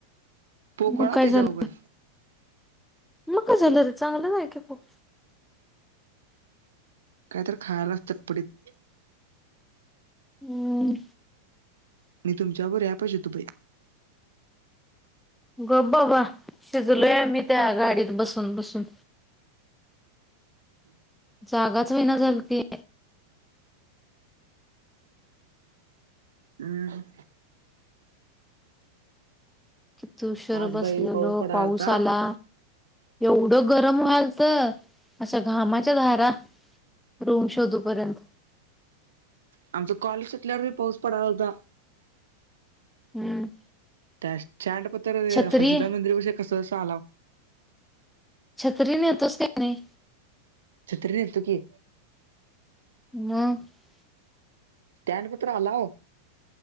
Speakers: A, on the right; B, in the centre.
A: पोकळा
B: मग काय
A: तेच्या
B: झालं
A: बरोबर
B: मग क झाल रे चांगलं झालं की खूप
A: काहीत खायला चटपटीत
B: हमम
A: मी तुमच्याबर अॲपशीेतुपई
B: गप बाबा शिजलोय आमी त्या गाडीत बसून बसून जागाच हुईना झालती
A: हम्म
B: किती ऊशर
A: आज
B: बसलेलो
A: बाई पडाला
B: पाऊस
A: होता
B: आला एवढं गरम व्हालत असा घामाच्या धारा रूम शोधूपर्यंत
A: आमच कॉलेज सुटल्यावर बी पाऊस पडायल्यालता
B: हम्म
A: त्या स्टॅन्डपतर
B: छत्री
A: हालसिद्धनाथ मंदिरापशी कसं बसं आलाव
B: छत्री नेतोस काय नाई
A: छत्री नेतो की
B: म
A: स्टॅन्डपतुर आलाव